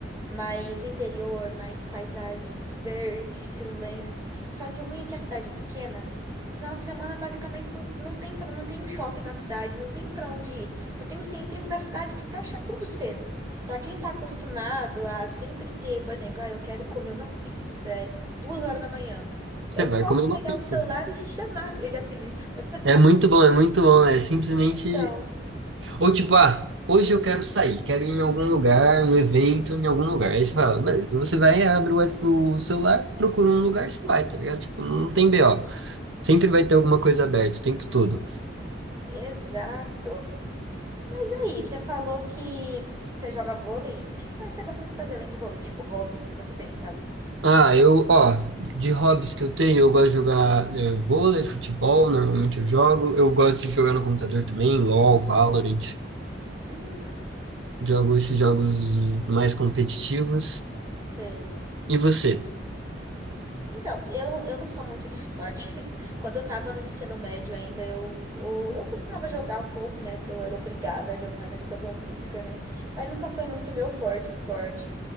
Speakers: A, on the right; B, on the right.
A: mais interior, mais paisagens, verde, silêncio. Só que o ruim é que a cidade é pequena. Final de semana, basicamente, não, não tem pra, não tem um shopping na cidade, não tem pra onde ir. Só tem o centrinho da cidade que fecha tudo cedo. Pra quem tá acostumado a sempre ter, por exemplo, ah, eu quero comer uma pizza é duas horas da manhã.
B: você
A: Eu
B: vai
A: posso
B: comer uma
A: pegar
B: pizza.
A: o celular e chamar. Eu já fiz isso. <laughs>
B: É muito bom, é muito bom, é simplesmente,
A: Então,
B: ou tipo, ah, hoje eu quero sair, quero ir em algum lugar, um evento, em algum lugar, aí você fala, beleza, você vai, abre o Whats- o celular, procura um lugar, você vai, tá ligado? Tipo, não tem BO. Sempre vai ter alguma coisa aberta o tempo todo.
A: exato. Mas aí, você falou que você joga vôlei. O que mais você gosta de fazer além de vôlei? Tipo, hobbies que você tem, sabe?
B: Ah, eu, ó, de hobbies que eu tenho, eu gosto de jogar eh, vôlei, futebol, normalmente eu jogo. Eu gosto de jogar no computador também, LoL, Valorant.
A: Hum,
B: Jogo esses jogos mais competitivos.
A: Sei.
B: E você?
A: Então, eu, eu não sou muito de esporte. <laughs> Quando eu tava no ensino médio ainda, eu, eu, eu costumava jogar um pouco, né? Que eu era obrigada a jogar na educação física, né? Mas nunca foi muito meu forte esporte.